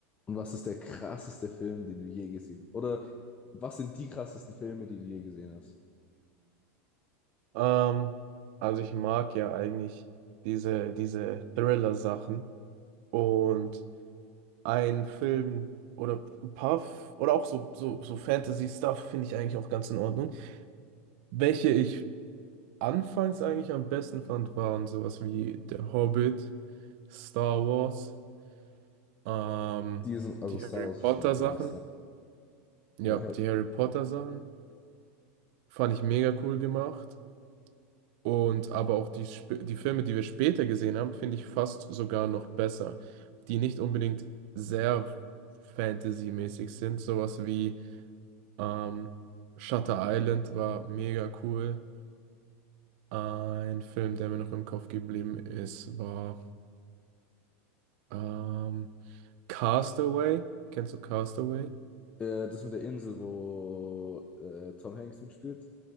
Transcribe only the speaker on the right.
Ähm, also ich mag ja eigentlich diese, diese Thriller-Sachen. Und ein Film oder ein paar F- oder auch so, so, so Fantasy-Stuff finde ich eigentlich auch ganz in Ordnung. Welche ich anfangs eigentlich am besten fand, waren sowas wie Der Hobbit, Star Wars, ähm,
die
Harry
Potter-Sachen.
Ja,
die Harry Potter-Sachen fand ich mega cool gemacht. Und aber auch die, sp- die Filme, die wir später gesehen haben, finde ich fast sogar noch besser, die nicht unbedingt sehr Fantasy-mäßig sind. Sowas wie ähm, Shutter Island war mega cool. Ein Film, der mir noch im Kopf geblieben ist, war ähm, Castaway. Kennst du Castaway?